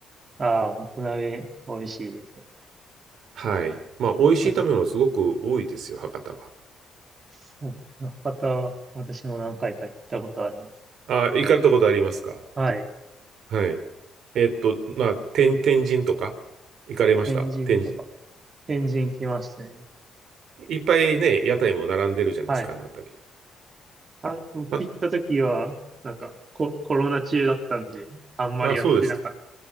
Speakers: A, on the right (about 40°); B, on the right (about 70°).
A: ああ、もつ鍋、美味しいですよ。
B: はい。まあ、美味しい食べ物すごく多いですよ、
A: なんか
B: 博多は。
A: そうね博多、私も何回か行ったことあります。
B: あ、行かれたことありますか
A: はい。
B: はい。えっと、まあ、天、天神とか、行かれました天神。
A: 天神とか、天神来ましたね。
B: いっぱいね、屋台も並んでるじゃないですか、
A: はい。
B: あの辺り。
A: あ、僕行った時は、
B: ま
A: なんかコ、コロナ中だったんで、あんまりやってなかった。
B: あ、あ、そうですか。